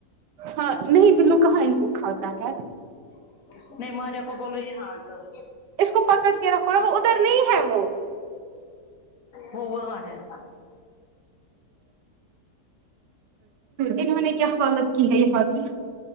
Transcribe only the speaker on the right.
ہاں نہیں بلو کہاں ان کو کھاتا ہے
اس کو پکڑ کے رکھو نا وہ ادھر نہیں ہے وہ
انہوں نے کیا حالت کی ہے یہاں کی